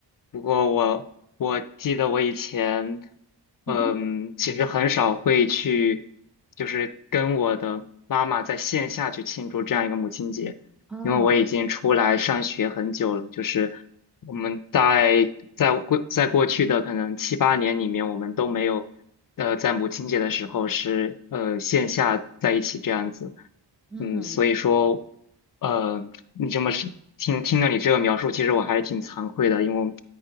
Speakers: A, on the left; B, in the centre.
A: 不过我我记得我以前，
B: 嗯哼，
A: 嗯，其实很少会去，就是跟我的妈妈在线下去庆祝这样一个母亲节。
B: 哦，
A: 因为我已经出来上学很久了，就是我们在在过在过去的可能七八年里面，我们都没有呃在母亲节的时候是呃线下在一起这样子，
B: 嗯，
A: 嗯，所以说呃你这么是听听了你这个描述，其实我还是挺惭愧的，因为